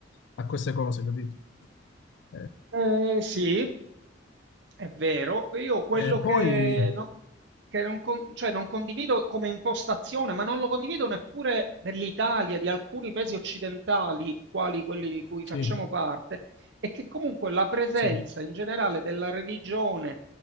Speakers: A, on the left; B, on the right.
A: a queste cose, capito? Eh,
B: Eh sì, è vero. Io quello
A: eh,
B: che
A: poi,
B: no Che non con cioè non condivido come impostazione, ma non lo condivido neppure dell'Italia, di alcuni paesi occidentali, quali quelli di cui
A: sì,
B: facciamo parte, è che comunque la presenza
A: sì.
B: in generale della religione,